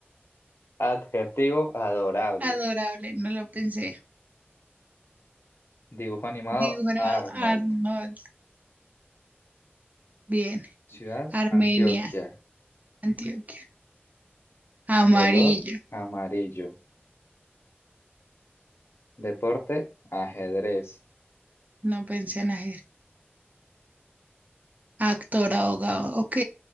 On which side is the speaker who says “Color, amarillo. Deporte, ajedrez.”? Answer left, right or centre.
Left